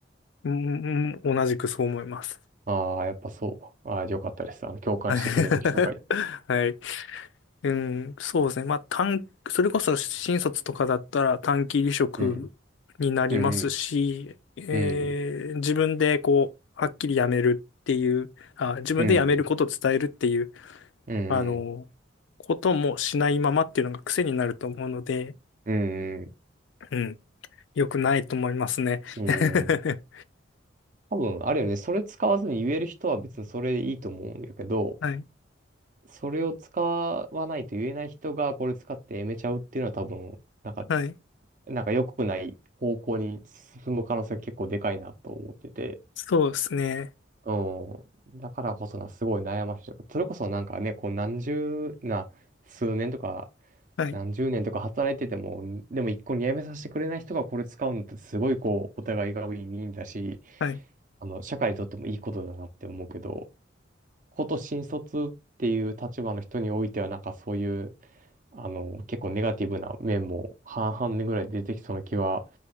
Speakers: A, on the left (about 70°); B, on the right (about 40°).
A: うん、うん同じくそう思います。
B: ああ、やっぱそう。ああ、よかったです。あの、共感してくれる人がいて。
A: <laughs> はい。<laughs> うん、そうですね。まあ、短、それこそ新卒とかだったら短期離職になりますし、
B: うん。うん
A: えー自分でこう、
B: うん。
A: はっきり辞めるっていう、あ、自分で辞めることを伝えるっていう、
B: うん。うん。
A: あの、
B: うん。
A: こともしないままっていうのが癖になると思うので、
B: うん。うん。
A: うん、良くないと思いますね。
B: うん。
A: <laughs>
B: 多分、あるよね。それ使わずに言える人は別にそれでいいと思うんやけど、
A: はい、
B: それを使わないと言えない人がこれ使ってやめちゃうっていうのは多分、なんか、
A: はい。
B: なんか良くない方向に進む可能性が結構でかいなと思ってて。
A: そうですね。
B: うん。だからこそな、すごい悩ましい。それこそなんかね、こう何十な、数年とか、
A: はい、
B: 何十年とか働いてても、でも一個にやめさせてくれない人がこれ使うのってすごいこう、お互いがウィンウィンだし、
A: はい、
B: あの、社会にとってもいいことだなって思うけど、こと新卒っていう立場の人においては、なんかそういう、あの、結構ネガティブな面も半々でぐらい出てきそうな気は